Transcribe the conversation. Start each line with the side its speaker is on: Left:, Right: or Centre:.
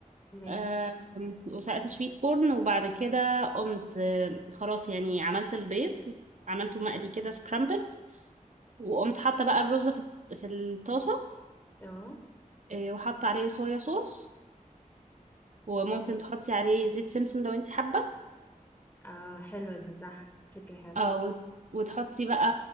Left: ماشي
Right: أه وسلقت سويت كورن وبعد كده قمت آه، خلاص يعني عملت البيض عملته مقلي كده سكرامبل وقمت حاطة بقى الرز في في الطاسة
Left: اه
Right: آه، وحاطة عليه صويا صوص وممكن تحطي عليه زيت سمسم لو انت حابة
Left: اه حلوة دي صح فكرة حلوة
Right: اه وت- وتحطي بقى